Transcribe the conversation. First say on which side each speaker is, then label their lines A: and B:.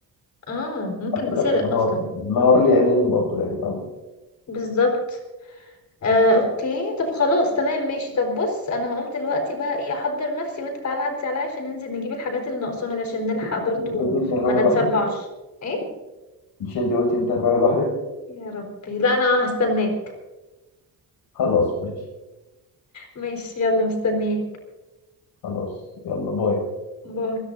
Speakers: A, on the left; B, on the left.
A: اه ممكن نتسرق
B: ده في النهار
A: اصلا
B: النهار لي عينين برضه يعني فاهم
A: بالظبط آه اوكي طب خلاص تمام ماشي طب بص انا هقوم دلوقتي بقى ايه احضر نفسي وانت تعالى عدي عليا عشان ننزل نجيب الحاجات اللي ناقصانا دي عشان نلحق برضو
B: قلت انت هتروح
A: ما نتسربعش
B: لوحدك
A: ايه
B: مش انت قلت انت هتروح لوحدك
A: يا ربي لا انا هستناك
B: خلاص ماشي
A: ماشي يلا مستنياك
B: خلاص يلا باي
A: باي